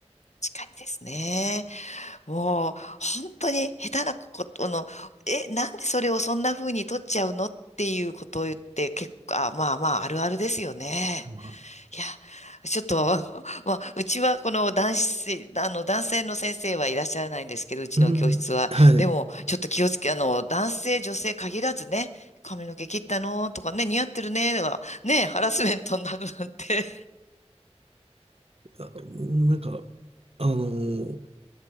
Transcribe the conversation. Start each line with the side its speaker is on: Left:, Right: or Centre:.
Left: 近いですね。もう、本当に下手なことの、え、なんでそれをそんな風に取っちゃうのっていうことを言って、結構、あまあまあ、あるあるですよね。
Right: まあ
Left: いや、ちょっと、<laughs> まあ、うちはこの男子、あの、男性の先生はいらっしゃらないんですけど、うちの教室は。
Right: うん、はい。
Left: でも、ちょっと気をつけ、あの、男性、女性限らずね、髪の毛切ったのとかね、似合ってるね、とか、ね、ハラスメントになるなんて。
Right: あなんか、あのー